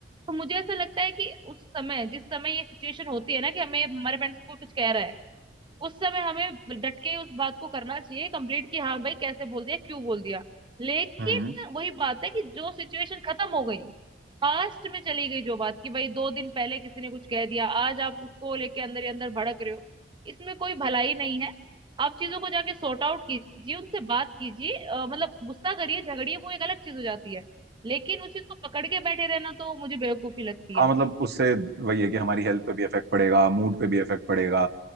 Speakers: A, on the right (about 25°); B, on the right (about 60°).
A: तो मुझे ऐसा लगता है कि उस समय जिस समय ये सिचुएशन होती है ना कि हमें हमारे पेरेंट्स को कुछ कह रहा है उस समय हमें डट के उस बात को करना चाहिए कंप्लीट कि हाँ भाई कैसे बोल दिया क्यों बोल दिया लेकिन
B: हम्म
A: वही बात है कि जो सिचुएशन खत्म हो गई पास्ट में चली गई जो बात कि भाई दो दिन पहले किसी ने कुछ कह दिया आज आप उसको लेके अंदर ही अंदर भड़क रहे हो इसमें कोई भलाई नहीं है आप चीजों को जाके सॉर्ट आउट कीजिए उनसे बात कीजिए अ, मतलब गुस्सा करिए झगड़िए वो एक अलग चीज हो जाती है लेकिन उस चीज को पकड़ के बैठे रहना तो मुझे बेवकूफी लगती
B: हाँ
A: है
B: मतलब उससे वही है कि हमारी हेल्थ पे भी इफेक्ट पड़ेगा मूड पे भी इफेक्ट पड़ेगा